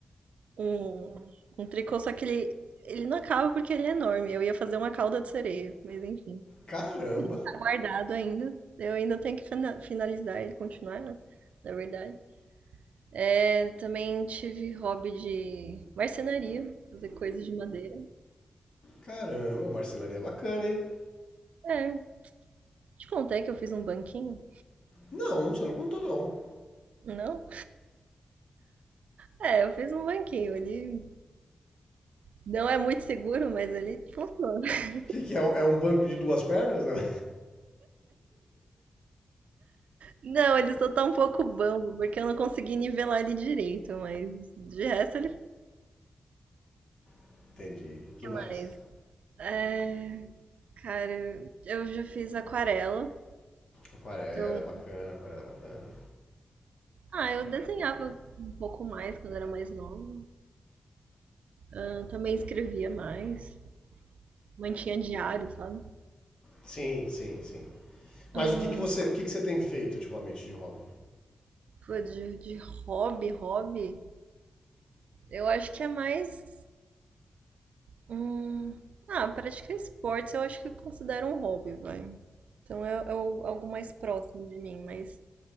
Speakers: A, on the right (about 85°); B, on the left (about 45°).
A: Um, um tricô, só que ele, ele não acaba porque ele é enorme. Eu ia fazer uma cauda de sereia, mas enfim,
B: <laughs> Caramba,
A: tá guardado ainda. Eu ainda tenho que fina- finalizar ele, continuar, né? Na verdade. É, também tive hobby de marcenaria, fazer coisas de madeira.
B: caramba, marcenaria bacana, hein?
A: É, te contei que eu fiz um banquinho?
B: Não, você não contou não. O
A: Não? É, eu fiz um banquinho. Ele não é muito seguro, mas ele funciona. <laughs>
B: que, que é? É um banco de duas pernas? Né?
A: Não, ele só tá um pouco bambo, porque eu não consegui nivelar ele direito, mas de resto ele
B: <laughs> Entendi. que mais?
A: faz. É, Cara, eu já fiz aquarela.
B: Aquarela,
A: Então,
B: é bacana, aquarela, é bacana.
A: ah, eu desenhava um pouco mais quando era mais nova. Ah, também escrevia mais. Mantinha diário, sabe?
B: Sim, sim, sim. Mas
A: Ah,
B: o que, que você, o que, que você tem feito ultimamente de hobby?
A: pô, de, de hobby, hobby. Eu acho que é mais. Hum, ah, praticar esportes eu acho que eu considero um hobby, vai. Então é, é o- algo mais próximo de mim, mas